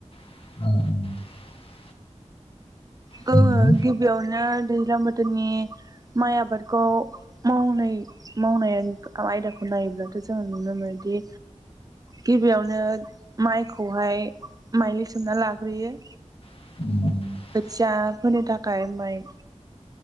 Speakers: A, on the left; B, on the right.
A: <inaudible>
B: गो
A: नंगौ
B: गिबियावनो दैज्लां बोथोरनि माइ आबादखौ मावनाय मावनाय आयदाखौ नायोब्लाथ' जोङो नुनो मोनो। दि गिबियावनो माइखौहाय माइलि सोमना लाग्रोयो।
A: <inaudible>
B: जा फोनो थाखाय माइ